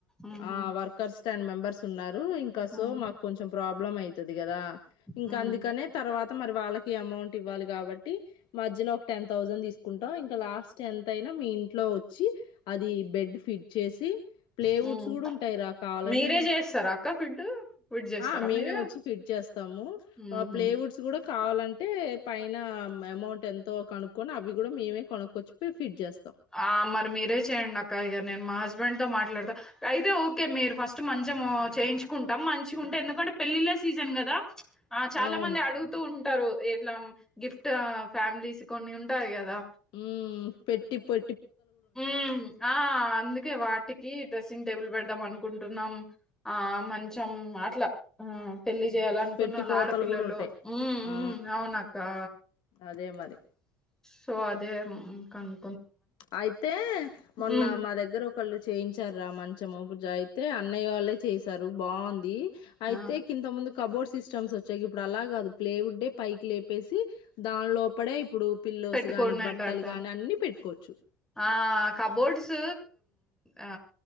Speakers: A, in the centre; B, on the left.
A: ఊహూ
B: ఆ వర్కర్స్ టెన్ మెంబర్స్ ర్స్ ఉన్నా రు ఇంకా
A: హ్మ్
B: సో మాకు కొంచెం ప్రాబ్లం అయితది కదా ఇంకా
A: హ్మ్
B: అందుకనే తర్వాత మరి వాళ్ళకి అమౌంట్ ఇవ్వాలి కాబ ట్టి మధ్యలో ఒక టెన్ తౌస్సండ్ తీసుకుంటాం, ఇంకా లాస్ట్ ఎంత అయినా మీ ఇంట్లో వచ్చి అది బెడ్ ఫిట్ చేసి ప్లేవుడ్స్
A: హ్మ్
B: కూడా ఉంటాయి రా కావాలంటే
A: మీరే
B: మీరు
A: చేస్తారా అక్క ఫిడ్ ఫిడ్ చేస్తారా
B: ఆ మేమే
A: మీరే
B: వచ్చి ఫిట్ చేస్తాము,
A: ఊహూ
B: ప్లేవుడ్స్ కూడా కావాలం అంటే పైన అమౌంట్ ఎంతో కనుక్కొని అవి కూడా మేమే కొనక్కొచ్చియి ఫిట్ చేస్
A: ఆ మరి మీరే చేయండి అక్క ఇగ నేను మ హజ్ స్బెండ్ తో మాట్లాడతా అయితే ఓకే మీరు ఫస్ట్ మంచం చేయించుకుంటాం మంచిగా ఉంటే ఎందుకంటే పెళ్ళిళ్ళ సీజన్ కదా ఆ చాలా
B: అవును
A: మంది అడుగుతూ ఉంటరు. ఎట్లా గిఫ్ట్ ఫ్యామిలీస్ కొన్ని ఉంటాయి కదా
B: ఉ పెట్టి పె
A: హ్ ఆ అందుకే వాటికి డ్రెసింగ్ టేబుల్ పెడదామను కుంటున్నాం, ఆ మంచం ఇట్లా ఆ పెళ్లి చేయాలనుకున్న
B: పెట్టిపోతలు
A: వాళ్ళు ఆడపిల్లలు
B: కూడా ఉంటాయి
A: ఉ
B: ఆ
A: ఉ అవునక్కా
B: అదే మరి
A: సో అదే కను
B: అయితే మొన్న
A: ఉమ్
B: మా దగ్గర ఒకళ్ళు చేయించారు రా మ చ్చము పూజ అయితే అన్నయ్య వాళ్ళే చేశారు బావుంది. అయితే
A: ఆ
B: కింత ముందు కబోర్డ్ సిస్టమ్స్ వచ్చాయి ఇప్పుడు అలా కాదు ప్లే ఉడ్డే పైకి లేపేసి దాని లోపడే ఇప్పుడు పిల్లోస్
A: పెట్టుకునేటట
B: కాని, బట్టలు కాని అన్ని పెట్టుకోవచ్చు.
A: ఆ కబోర్డ్స్ ఆ